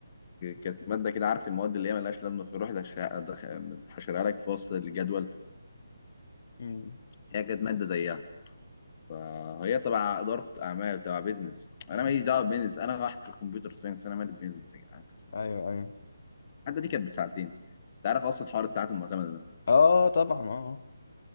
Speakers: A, on the left (about 30°); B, on the left (about 45°).
A: كانت مادة كده عارف المواد اللي هي ملهاش لازمة في روح دخ- دخ- حشرها لك في وسط الجدول
B: مم.
A: هي كانت مادة زيها فهي تبع إدارة أعمال تبع بيزنس أنا ماليش دعوة بيزنس أنا رايح كمبيوتر ساينس أنا مالي بيزنس يا جدعان قسماً بالله.
B: ايوه ايوه
A: المادة دي كانت بساعتين أنت عارف أصلا حوار الساعات المعتمدة ده
B: اه طبعا اه